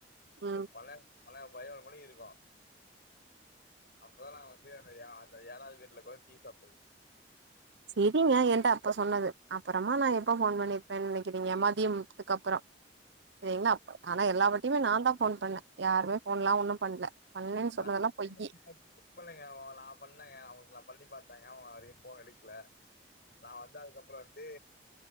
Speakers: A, on the right; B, on the left.
A: ம்
B: ஒரு பன பன பதனோரு மணி இருக்கு அப்பதா நா வந்து அந்த அந்த ஏழாவது வீட்ல உக்காந்து டீ சாப்ட்டது
A: செரிங்க என்ட்ட அப்ப சொன்னது அப்பறமா நா எப்ப ஃபோன் பண்ணிருப்பேன் நெனைக்கிறிங்க மதியத்துக்கு அப்பறோ ஏங்க அப் ஆனா எல்லா வாட்டியுமே நாந்தா ஃபோன் பண்ணே யாருமே ஃபோன்லா ஒன்னு பண்ல பண்ணேன்னு
B: <inaudible>
A: சொன்னதெல்லா பொய்யி
B: செக் பண்ணுங்க உங்ளுக் நா பண்ணேங்க அவங்ளுக்கு நா பண்ணி பாத் தங்க அவங்க வரையு ஃபோன் எடுக்கல நா வந்து அதுக்கப்புற வந்து